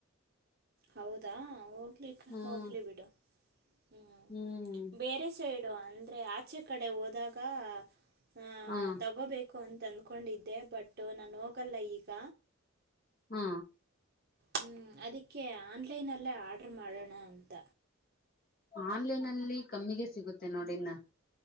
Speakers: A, on the right; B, on the left.
A: ಹೌದಾ ಓ ಹ
B: ಹ್ಮ್
A: ಹೋಗ್ಲಿ ಬಿಡು ಹ್ಮ
B: ಹ್ಮ್
A: ಬೇರೆ ಸೈಡ್ ಇದು ಅಂದ್ರೆ ಆ ಆಚೆ ಕಡೆ ಹೋದಾಗ ಆ
B: ಹಾ
A: ತಗೋಬೇಕು ಅನ್ ದ್ಕೊಂಡಿದ್ದೆ ಬಟ್ ನಾನ್ ಹೋಗಲ್ಲ ಈಗ
B: ಹ್ಮ
A: ಹ್ ಅದಕ್ಕೆ ಆನ್ಲೈನಲ್ಲೇ ಆರ್ಡರ್ ಮಾಡೋಣ ಅಂತ.
B: ಆನ್ಲೈನ್ ಅಲ್ಲಿ ಕಮ್ಮಿಗೆ ಸಿಗುತ್ತೆ ನೋಡ್ ಡಿನ್ನ